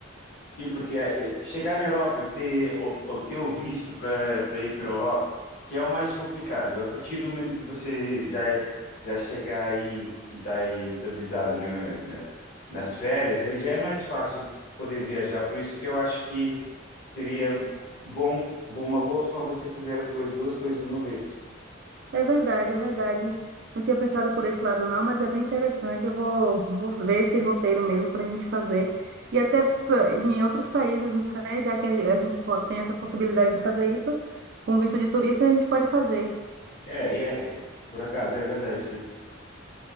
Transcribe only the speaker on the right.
É verdade, é verdade. Não tinha pensado por esse lado, não, mas é bem interessante. Eu vou, vou ver esse roteiro mesmo para a gente fazer. E até pra- em outros países, né? Já que a a gente po- tem essa possibilidade de fazer isso, com visto de turista, a gente pode fazer.